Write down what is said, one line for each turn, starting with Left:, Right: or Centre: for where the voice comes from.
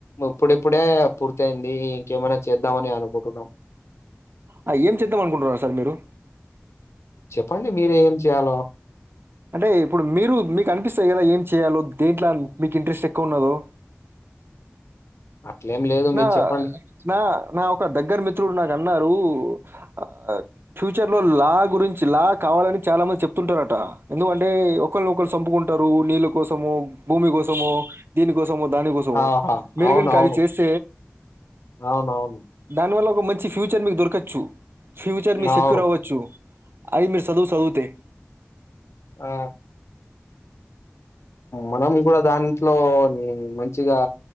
Left: ఇప్పుడప్పుడే పూర్తయిందీ ఇంకేమైనా చేద్దామని అనుకుటున్నాం
Right: ఆ ఏం చేద్దాం అనుకుంటున్నారు సార్ మీరు
Left: చెప్పండి మీరే ఏం చేయాలో
Right: అంటే ఇప్పుడు మీరు మీకు అనిపిస్తాయి గదా, ఏం చేయాలో దేంట్ల మీకు ఇంట్రెస్ట్ ఎక్కువ ఉన్నదో.
Left: అట్లేం లేదు
Right: నా
Left: మీరు చెప్పండి
Right: నా నా ఒక దగ్గర మిత్ త్రుడు నాకు అన్నారూ, ఆ ఫ్యూచర్ లో లా గురించి లా కావాలని చాలా మంది చెప్తుంటారట. ఎందుకంటే, ఒకల్నొకల్ సంపుకుంటారు నీళ్ళ కోసము. భూమి కోసమో, దీనికోసమో, దానికోసమో,
Left: ఆహా
Right: మీరుగాని
Left: అవునవును
Right: ఖాళీ చేస్. తే
Left: అవునవును
Right: దాని వల్ల ఒక మంచి ఫ్యూచర్ మీకు దొరకచ్చు ఫ్యూచర్ మీ సెక్యూర్
Left: అవును
Right: అవ్వచ్చు అయి మీరు సదువు సదువుతే
Left: ఆ మనం గూడా దాంట్లోనీ మంచిగా